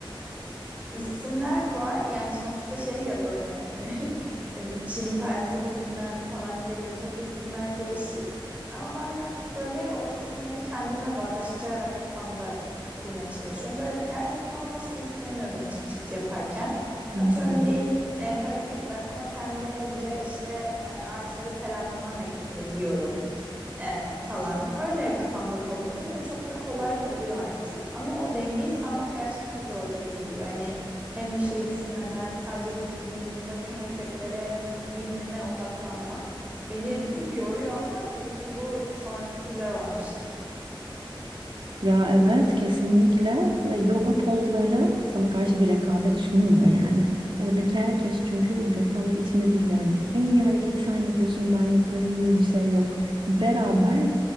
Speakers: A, on the right; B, on the right.
A: İsimler var. Yani sonuçta şey ya böyle hani <laughs> bir Çin felsefesinden falan geliyor. Tabii isimler değişik. Ama ben daha çok böyle o isimleri kendimle bağdaştırarak kafamda kurmaya çalışıyorum. Böyle ders gibi olmasını istemiyorum açıkçası yaparken.
B: Hı
A: Atıyorum
B: hı.
A: bir e, hareket var. Ona kendimce işte e, ağaçları selamlama hareketi diyorum. Ee, falan. Öyle kafamda kodladım ve çok da kolay oluyor artık. Ama o dengeyi sağlamak gerçekten zor dediğin gibi. Hani hem bir şey düşünmeden sadece vücudumdaki hareketlere ve zihnime odaklanmak beni bir tık yoruyor ama tabii ki bu sonrası güzel olan bir şey.
B: Ya evet kesinlikle ve yoga pozları sana karşı bir rekabet sunmuyor yani. Oradaki herkes çünkü bir rekabet içinde değil yani. En iyi hareketi sen yapıyorsun ben yapıyorum diye bir şey yok. Beraber